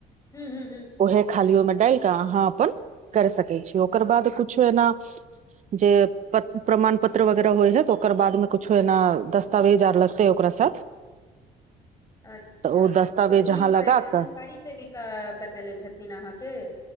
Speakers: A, on the left; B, on the right.
A: हुँ, हुँ, हुँ।
B: अहे खाली ओहिमे डाल कऽ अहाँ अपन कर सकै छियैय ओकर बाद कुछो एना। जे प्रमाण पत्र वगैरह होय है तऽ ओकर बाद मे कुछो एना दस्तावेज आर लगतेै ओकरा सऽ
A: <inaudible> अच्छा
B: ओ दस्तावेज
A: तऽ ई
B: अहाँ
A: कोइ
B: लगा
A: आङगन
B: कऽ
A: बाड़ी से भी बतेेले छथिन अहाँके।